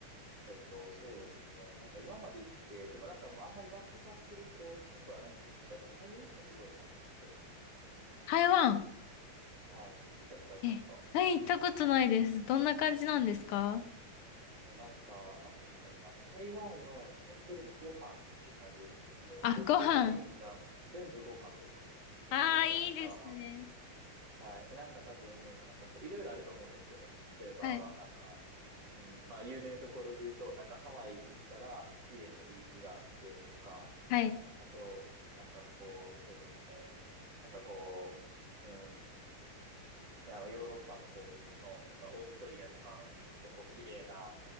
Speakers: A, on the right; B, on the left.
A: えっと、そうですね。なんか今まで行って、でもなんかあんまりバックパック旅行っぽくはないんですけど、やっぱ台湾がすごい楽しかったですね。
B: 台湾。
A: はい。行ったことありますか
B: え、はい、行ったことないです。どんな感じなんですか
A: もうなんか、なんて言うんだろうな、もう台湾はもう本当にもうご飯っていう感じですね。もう旅行のメインがもう全部ご飯ですね。
B: あ、ご飯。ああ、
A: もうなんか、
B: いいですね。
A: はい。え、なんか多分、なんかこう、いろいろあると思うんですよ。例えば、
B: はい。
A: なんか、うん、まあ有名なところで言うと、なんかハワイ行ったら、綺麗なビーチがあってとか、
B: はい。
A: あと、なんかこう、そうですね。なんかこう、うんいや、ヨーロッパの方の、なんかオーストリアとかあの辺行くと、こう、綺麗な